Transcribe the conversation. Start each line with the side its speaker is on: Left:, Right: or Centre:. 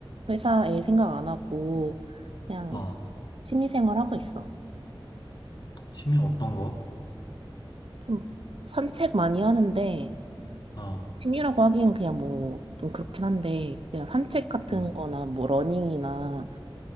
Right: 회사 일 생각 안 하고, 그냥
Left: 어,
Right: 취미생활 하고 있어.
Left: 취미 어떤 거?
Right: 좀 산책 많이 하는데,
Left: 어,
Right: 취미라고 하기에는 그냥 뭐, 좀 그렇긴 한데, 그냥 산책 같은
Left: 음,
Right: 거나 뭐, 러닝이나